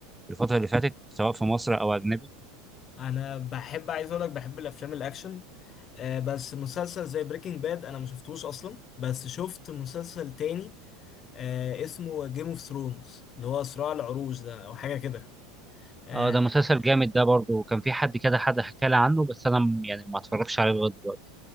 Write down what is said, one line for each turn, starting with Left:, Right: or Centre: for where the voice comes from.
Centre: الفترة اللي فاتت سواء في مصر أو أجنبي
Left: أنا بحب عايز أقولك بحب الأفلام الأكشن آه، بس مسلسل زي بريكنج باد أنا ما شفتوش أصلا بس شفت مسلسل تاني آه اسمه جيم اوف ثرونز اللي هو صراع العروش ده او حاجه كده آه
Centre: اه ده مسلسل جامد ده برضه كان في حد كده حد حكى لي عنه بس انا م- يعني ما اتفرجش عليه لغايه دلوقتي